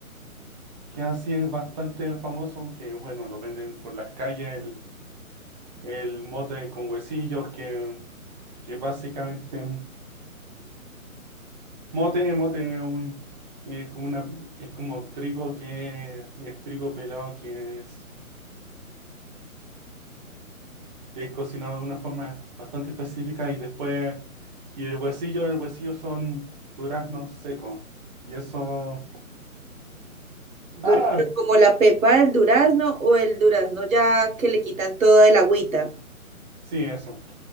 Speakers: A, on the right; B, on the right.
A: que así es bastante famoso, que bueno, lo venden por las calles, el, el mote con huesillos, que, que básicamente mote, mote es un, es como una, es como trigo que es trigo pelado que es que es cocinado de una forma bastante específica y después, y el huesillo, el huesillo son duraznos secos. Y eso,
B: dur-
A: ah,
B: como la pepa del durazno o el durazno ya que le quitan toda el agüita,
A: sí, eso.